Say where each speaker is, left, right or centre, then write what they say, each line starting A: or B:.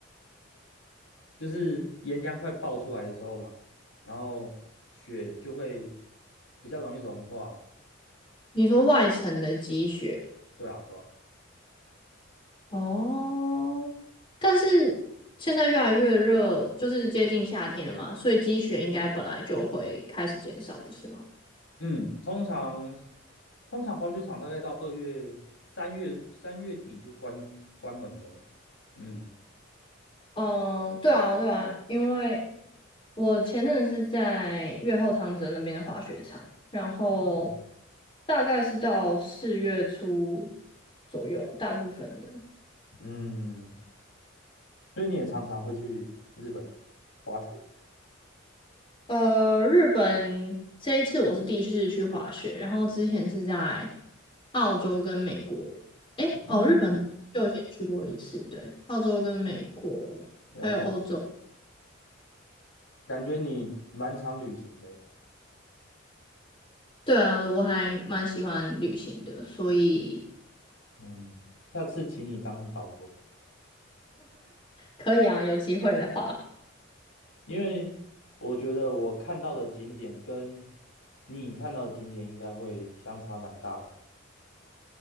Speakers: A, on the left; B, on the left.
A: 就是岩浆快爆出来的时候嘛，然后雪就会比较容易融化嘛，
B: 你说外层的积雪。
A: 对啊，对啊。
B: 哦，但是现在越来越热，就是接近夏天了嘛，所以积雪应该本来就会开始减少，不是吗？
A: 嗯，通常通常滑雪场大概到二月、三月、三月底就关关门了。嗯
B: 嗯，对啊，对啊，因为我前阵子是在越后汤泽那边的滑雪场，然后
A: 嗯，
B: 大概是到四月初左右，大部分的。
A: 嗯，所以你也常常会去日本滑雪。
B: 呃，日本这一次我是第一次去滑雪，然后之前是在澳洲跟美国，诶，
A: 嗯，
B: 哦，日本就以前去过一次，对，澳洲跟美国还有欧洲，
A: 了解，感觉你蛮常旅行的欸。
B: 对啊，我还蛮喜欢旅行的，所以
A: 嗯，下次请你当导游，
B: 可以啊，有机会的话，
A: 因为我觉得我看到的景点跟你看到的景点应该会相差蛮大的。